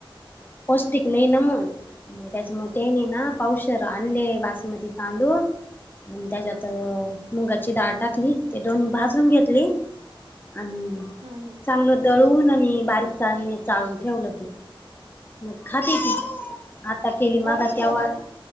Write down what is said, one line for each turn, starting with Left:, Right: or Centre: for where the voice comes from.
Left: पौष्टिक
Right: हम्म
Left: नाही ना मग म त्याच्यामुळे ते नाही ना
Right: हम्म
Left: पावशरा आणले वासुमती तांदू आणि त्याच्यात मुंगाची डाळ टाकली ते दोन्ही भाजून घेतले आणि
Right: हम ह
Left: चांगलं दळून आणि बारीक चा चाळून ठेवलं ते म खाती ती
Right: हम्म.
Left: आता केली
Right: थोडंच
Left: मागा तेव्हा
Right: केलं ना